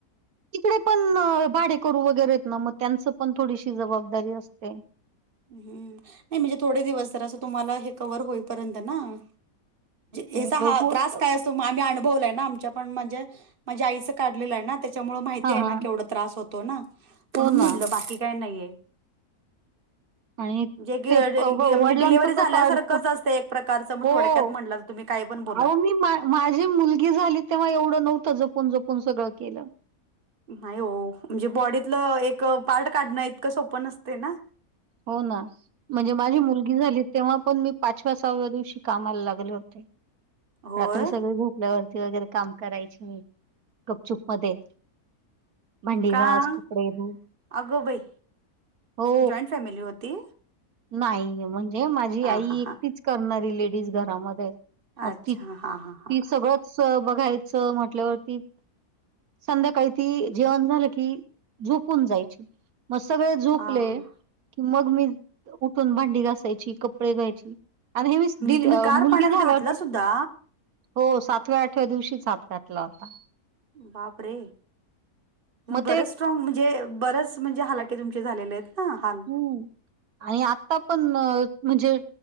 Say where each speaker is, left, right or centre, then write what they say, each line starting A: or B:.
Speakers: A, on the right; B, on the right.
A: तिकडे पणं भाडे करूं वगैरेेत नां मंग त्यांच पणं थोडीशी जबाबंदारी असते
B: हम्मं नाहीं म्हणजे थोडे दिवसं जरां असं तुम्हांला हे कव्हवर होईपर्यंत नां
A: नाही
B: यांचा
A: बघू
B: हां त्रांस
A: आता
B: कायं असतों आम्हीं अवय आमच्यां पणं माणं माझ्यां आईचं काढलेलं आहे नां त्यांच्यामुळे माहिती
A: हां,
B: आहे
A: हां.
B: केवढ त्रास होतों नां
A: हो
B: म्हणूंन
A: ना
B: म्हटलं बाकी कायं नाही आहे
A: आणि
B: म्हे
A: ते प- व
B: म्हे
A: वडिलांचं
B: डलिव्हरी झाल्यासांरखंच
A: कसं अडतं
B: असतं एक प्रकारचं मंग
A: हो.
B: थोडक्यात म्हटलं तुम्हीं कायं पणं बोला
A: अहो मी मा माझी मुलंगी झाली तेंव्हा एवढं नव्हतं जपूंन जपूंन सगळं केलं
B: नाहीं हो म्हणजे बॉडीतलं एक पार्ट काढणं इतकं सोपं नसते नां
A: हो नां म्हणजे माझी मुलंगी झालीं तेंव्हा पणं मी पांचव्या सहाव्यां दिवशी कामांला लागले होते
B: होय
A: रात्री सगळें झोप वरती वगैरें कामं करायची मी गपचुंप मध्यें भांडी
B: का
A: घांस कपडे धूऊ
B: अगं बाई
A: हो
B: जॉईंट फॅमिली होती
A: नाहीं म्हणजे माझी
B: हा
A: आई
B: हा
A: एकटीचं
B: हा
A: करणांरी लेडीज घरांमध्ये मंग
B: अच्छा
A: ती ती
B: हा हा हा हा
A: सगळंच बघायचं म्हटल्यांवरती संध्याकाळी ती जेवणं झालं की झोपूंन जायची मंग सगळें झोपले
B: हा.
A: की मंग मी उठूंन भांडी घासांयची कपडे धूव्हायची आणि हे मी
B: म्हणजे
A: दिली
B: तुम्ही गार
A: मुलंगी
B: पाण्यात
A: झाल्यांवरती
B: घातला सुद्धा
A: हो सातव्यां आठव्यां दिवशी हात आपटयांले लावतात
B: बापरे
A: मग
B: बरंच
A: ते
B: स्ट्राग म्हणजे बरेचं म्हणजे हालाके तुमचे झाले आहेत नां हांल
A: हं आणि आंता पणं म्हणजे